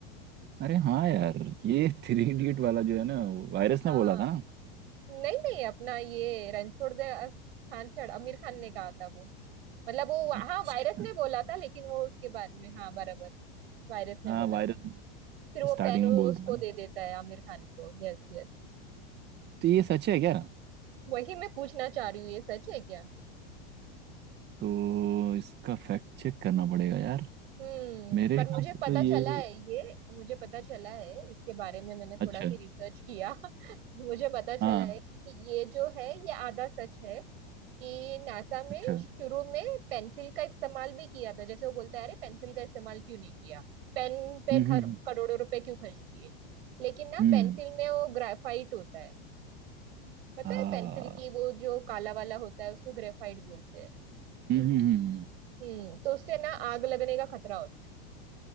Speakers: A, on the right; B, on the right.
A: अरे हाँ यार ये थ्री इडियट वाला जो है ना वायरस
B: हाँ
A: ने बोला था ना
B: नहीं नहीं अपना ये रणछोड़ दे खान चढ़ आमिर खान ने कहा था वो मतलब वो
A: अच्छा
B: हाँ वायरस ने बोला था लेकिन वो उसके बारे में हाँ बराबर वायरस ने
A: हाँ
B: बोला
A: वायरस
B: था फिर वो
A: स्टार्टिंग
B: पेन वो
A: में बोलता
B: उसको
A: था
B: दे
A: ना
B: देता है आमिर खान को Yes yes
A: तो ये सच है क्या
B: वही मैं पूछना चाह रही हूँ ये सच है क्या
A: तो इसका फैक्ट चेक करना पड़ेगा यार
B: हम्म
A: मेरे
B: पर
A: हिसाब
B: मुझे
A: से
B: पता
A: तो ये
B: चला है ये मुझे पता चला है इसके बारे में मैंने थोड़ा
A: अच्छा
B: सी
A: है।
B: रिसर्च किया <laughs> मुझे पता चला
A: हाँ
B: है कि ये जो है ये आधा सच है कि नासा में
A: अच्छा
B: शुरू में पेंसिल का इस्तेमाल भी किया था जैसे वो बोलता है अरे पेंसिल का इस्तेमाल क्यों नहीं किया पेन पे
A: हम्म
B: खर,
A: हम्म
B: करोड़ों रुपए क्यों खर्च किए लेकिन ना
A: हम्म
B: पेंसिल
A: हम्म।
B: में वो ग्रेफाइट होता है पता
A: हाँ
B: है पेंसिल की वो जो काला वाला होता है उसको ग्रेफाइट बोलते हैं
A: हम्म हम्म
B: हम्म तो उससे ना आग लगने का खतरा होता है